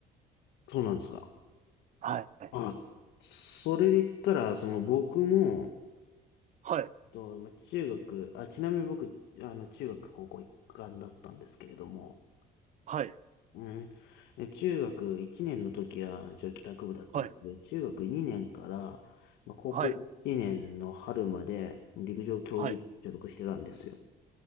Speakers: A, on the left; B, on the right.
A: そうなんですか。
B: た。はい。
A: あ、それで言ったら、その僕も、
B: はい、
A: と、まあ中学、あ、ちなみに僕、あの、中学高校一貫だったんですけれども、
B: はい、
A: うん、え中学1年の時は、一応帰宅部だったんですけど、
B: はい、
A: 中学2年から、まあ、高校1年の春まで陸上競技部に所属してたんですよ。
B: はい、はい。